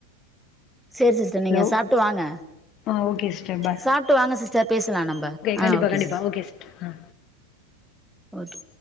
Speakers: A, in the centre; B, on the left (about 35°).
A: செரி சிஸ்டர் நீங்க
B: ஹலோ
A: சாப்பிட்டு வாங்க
B: ஆ ஓகே சிஸ்டர் பாய்
A: சாப்பிட்டு வாங்க சிஸ்டர் பேசலாம் நம்ப ஆ
B: கண்டிப்பா
A: ஓகே
B: கண்டிப்பா
A: சிஸ்
B: சிஸ்டர் ஆ
A: ஓகே